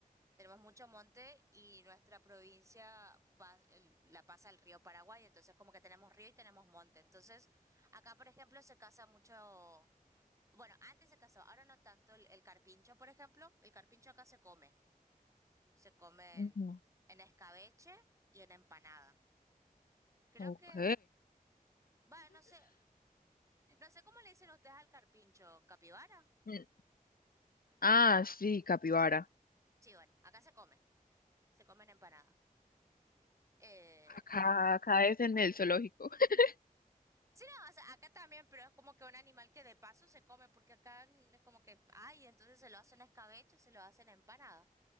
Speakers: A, on the right; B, on the left.
A: Tenemos mucho monte y nuestra provincia pas- el- la pasa el río Paraguay, entonces como que tenemos río y tenemos monte. Entonces, acá por ejemplo se casa mucho, bueno, antes se casó, ahora no tanto el, el carpincho, por ejemplo. El carpincho acá se come, se come
B: Ujú,
A: en, en escabeche y en empanada. Creo
B: Ok.
A: que, bueno, no sé. No sé cómo le dicen ustedes al carpincho, capibara.
B: Mm, Ah, sí, capibara.
A: Sí, bueno, acá se come, se comen empanadas. Eh,
B: Acá, acá es en el zoológico. <laughs>
A: sí, no, o sea, acá también, pero es como que un animal que de paso se come, porque acá n- es como que, ay, entonces se lo hacen a escabecho, se lo hacen a empanada.